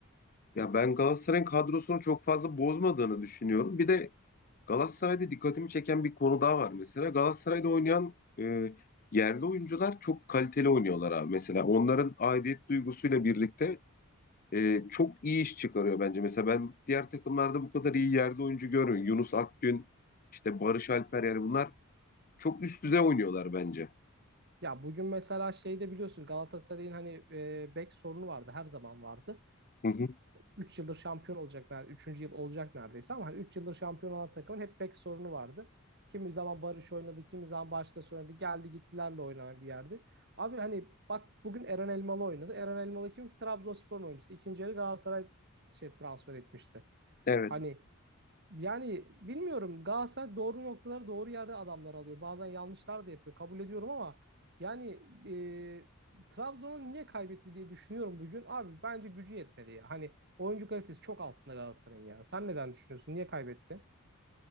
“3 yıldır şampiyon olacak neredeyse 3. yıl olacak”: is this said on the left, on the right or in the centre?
Right